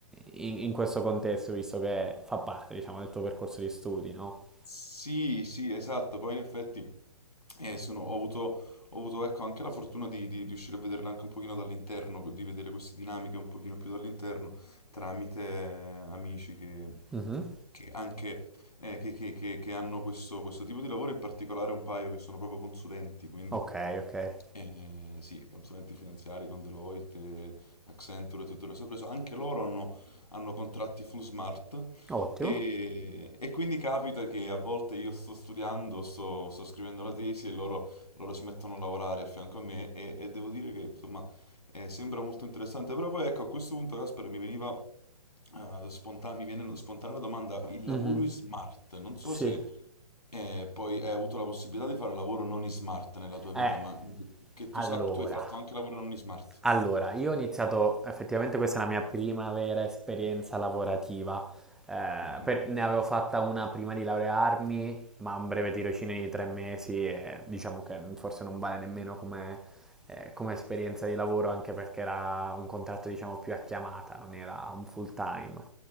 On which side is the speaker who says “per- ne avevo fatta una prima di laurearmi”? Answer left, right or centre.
Centre